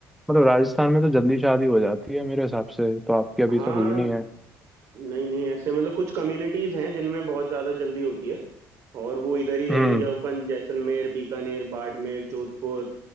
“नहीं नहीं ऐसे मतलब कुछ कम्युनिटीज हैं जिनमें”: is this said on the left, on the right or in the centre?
Right